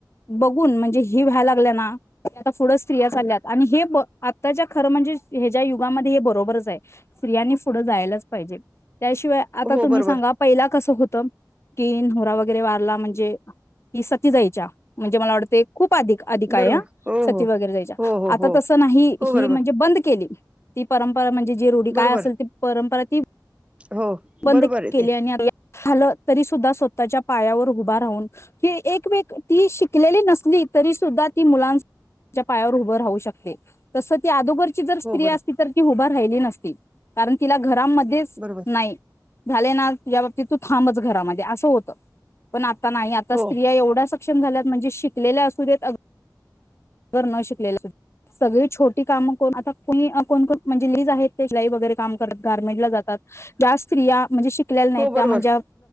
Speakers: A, on the left (about 40°); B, on the right (about 15°).
A: बघून म्हणजे हे व्हायला लागल्या ना आता पुढं स्त्रिया चालल्यात आणि हे आताच्या खरं म्हणजे ह्याच्या युगामध्ये हे बरोबरच आहे स्त्रियांनी पुढं जायलाच पाहिजे त्याशिवाय आता
B: हो,
A: तुम्ही
B: बरोबर.
A: सांगा पहिला कसं होत <unintelligible> कि नोरा वगैरे वारला म्हणजे की सती जायच्या म्हणजे मला वाटते खूप अधिक अधिक आहे
B: बरोबर.
A: ह
B: हो,
A: सती
B: हो.
A: वगैरे जायच्या
B: हो, हो,
A: आता
B: हो.
A: तसं नाही
B: हो बरोबर
A: ही म्हणजे बंद केली ती परंपरा म्हणजे जी रोढी काय
B: बरोबर
A: असेल ते परंपरा ती
B: हो
A: बंद
B: बरोबर आहे
A: केली
B: ते
A: आणि आता झालं तरी सुद्धा स्वतःच्या पायावर उभं राहून क एकेक ती शिकलेली नसली तरी सुद्धा ती मुलांच्या पायावर उभं राहू शकते तस ती अगोदरची स्त्री
B: हो बरो
A: असती तर की हुबारली राहिली नसती कारण तिला घराबाहेर घरामध्येच
B: बरोबर
A: नाही झाले ना तुझ्या बाबतीत तू थांबच घरामध्ये असं होतं पण आ नाही आता
B: हो
A: स्त्रिया एवढ्याच शिक्षण झाल्यात म्हणजे शिकलेल्या असू देत अगर न शिकलेल्या असू देत सगळी छोटी कामं करून आता कोणी कोणण म्हणजे लीज आहेत ते शिलाई वगैरे काम करत गार्मेंट ला जातात ज्या स्त्रिया म्हणजे शिकलेल्या नाही
B: हो बरोबर
A: त्या म्हणजे